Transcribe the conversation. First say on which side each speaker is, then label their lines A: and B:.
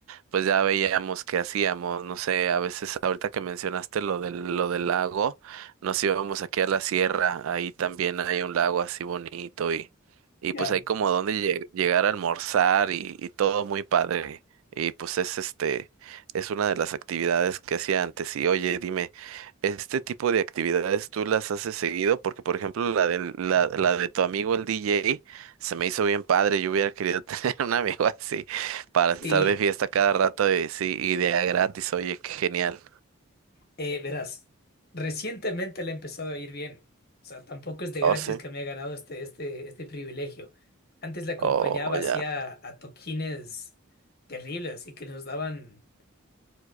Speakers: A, on the right; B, on the left.
A: pues ya veíamos qué hacíamos, no sé, a veces ahorita que mencionaste lo del, lo del lago, nos íbamos aquí a la sierra, ahí también hay un lago así bonito y, y
B: Ya.
A: pues hay como donde lle- llegar a almorzar y, y todo muy padre. Y pues es este, es una de las actividades que hacía antes. Y oye, dime, ¿este tipo de actividades tú las haces seguido? Porque, por ejemplo, la de, la, la de tu amigo el DJ se me hizo bien padre. Yo hubiera querido <laughs> tener un amigo así para estar
B: y
A: de fiesta cada rato y sí, y de a gratis, oye, qué genial.
B: Eh, verás, recientemente le ha empezado a ir bien. O sea, tampoco es de gratis
A: Oh, sí.
B: que me ha ganado este, este, este privilegio. Antes la acompañaba
A: Oh, ya,
B: hacía a toquines terribles, así que nos daban,